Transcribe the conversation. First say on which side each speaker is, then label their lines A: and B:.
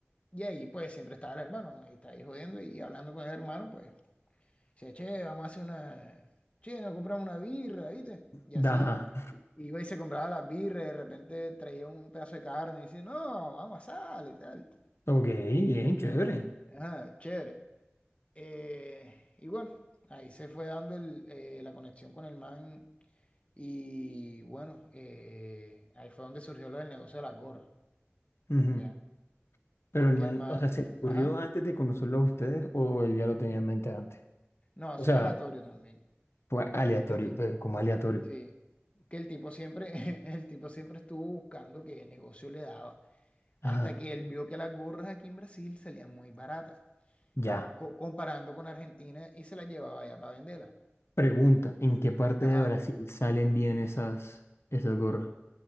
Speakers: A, on the left; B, on the left.
A: Y ahí pues siempre estaba el hermano, ahí está ahí jodiendo y hablando con el hermano, pues, dice, che, vamos a hacer una, che, nos compramos una birra, ¿viste? Y
B: Da-
A: así,
B: Ajá.
A: i- iba y se compraba las birras, de repente traía un pedazo de carne y dice, no, vamos a asar y tal.
B: Ok, bien, chévere.
A: Ajá, chévere. Eh, y bueno, ahí se fue dando el, eh, la conexión con el man y bueno, eh, ahí fue donde surgió lo del negocio de las gorras.
B: Ujú.
A: Ya.
B: Pero
A: Porque
B: el man,
A: el man,
B: o sea, ¿se le ocurrió
A: ajá.
B: antes de conocerlo a ustedes o él ya lo tenía en mente antes?
A: No,
B: O
A: es
B: sea,
A: falatorio también.
B: fue aleatorio,
A: El ti-
B: eh, como aleatorio.
A: sí. Que el tipo siempre, <laughs> el tipo siempre estuvo buscando qué negocio le daba.
B: Ajá.
A: Hasta que él vio que las gorras aquí en Brasil salían muy baratas.
B: Ya.
A: co- comparando con Argentina y se las llevaba allá para venderlas.
B: Pregunta, ¿en qué parte
A: Ajá.
B: de Brasil salen bien esas, esas gorras?